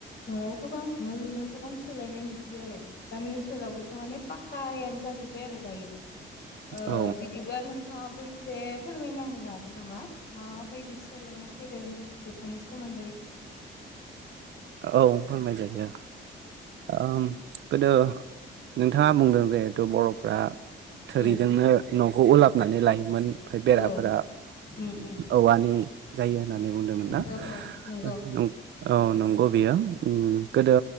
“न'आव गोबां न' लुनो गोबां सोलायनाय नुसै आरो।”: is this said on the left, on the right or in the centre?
Left